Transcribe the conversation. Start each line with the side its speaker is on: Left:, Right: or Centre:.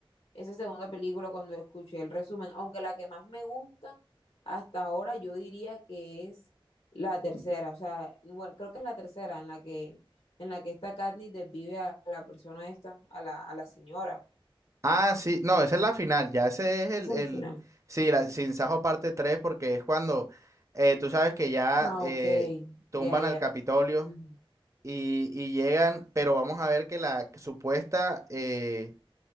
Left: esa segunda película cuando escuché el resumen, aunque la que más me gusta hasta ahora yo diría que es la tercera, o sea, bueno, creo que es la tercera en la que en la que esta Katniss desvive a la persona esta, a la, a la señora.
Right: Ah, sí, no,
Left: A la-
Right: esa es la final, ya ese es el,
Left: Es al
Right: el
Left: final.
Right: sí, la Sin Sajo parte tres porque es cuando eh, tú sabes que ya
Left: Ah,
Right: eh,
Left: ok.
Right: tumban
Left: Ya, ya.
Right: al Capitolio
Left: Ujú.
Right: y, y llegan, pero vamos a ver que la supuesta eh,